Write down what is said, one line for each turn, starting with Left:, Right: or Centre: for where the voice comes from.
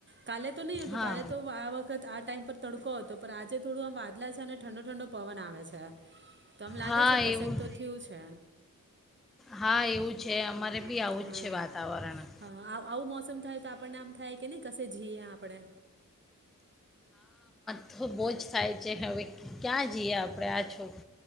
Right: કાલે તો નહી હતું
Centre: હા
Right: કાલે તો આ વખત આ ટાઈમ પર તડકો હતો પણ આજે થોડું આમ બ છે ઠંડો-ઠંડો પવન આવે છે તો એમ લાગે
Centre: હા
Right: છે કશેક
Centre: એવું
Right: તો થયું છે.
Centre: હા એવું છે
Right: હમ,
Centre: અમારે બી આવું
Right: હા.
Centre: જ છે વાતાવરણ
Right: હા આવ- આવું મોસમ થાય તો આપણને આમ થાય કે ને કસે જીએ આપડે
Centre: ન તો બહુ જ થાય છે હવે ક્યાં જઈએ આપણે આ છો